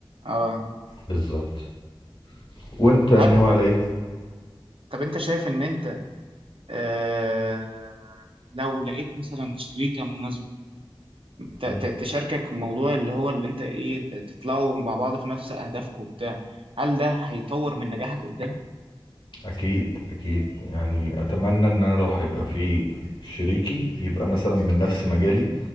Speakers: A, on the right; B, on the left.
A: اه
B: بالظبط وانت
A: هل
B: ناوي على ايه
A: طب انت شايف ان انت آه لو لقيت مثلا شريكة مناسبة ت- ت-
B: مم.
A: تشاركك موضوع اللي هو اللي انت ايه ت- تطلعوا مع بعض في نفس اهدافكم وبتاع هل ده هيطور من نجاحك قدام؟
B: اكيد اكيد يعني اتمنى ان انا لو هيبقى في شريكي يبقى مثلا من نفس مجالي